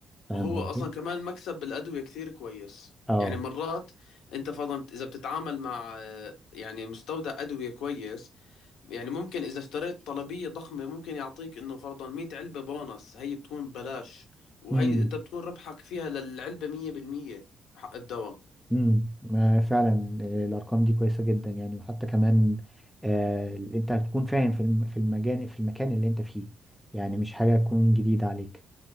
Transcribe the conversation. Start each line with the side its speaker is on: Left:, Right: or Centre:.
Centre: فاهم
Left: وهو
Centre: قصدي
Left: اصلا كمان مكسب بالادويه كثير كويس
Centre: اه
Left: يعني مرات انت فرضا اذا بتتعامل مع آه، يعني مستودع ادويه كويس يعني ممكن اذا اشتريت طلبيه ضخمه ممكن يعطيك انه فرضا 100 علبه بونص هي بتكون ببلاش وهي
Centre: امم
Left: انت بتكون ربحك فيها للعلبه 100% حق الدواء
Centre: امم آه، فعلا آه، الارقام دي كويسه جدا يعني وحتى كمان آه، انت هتكون فاهم في الم- في المجان في المكان اللي انت فيه يعني مش حاجه تكون جديده عليك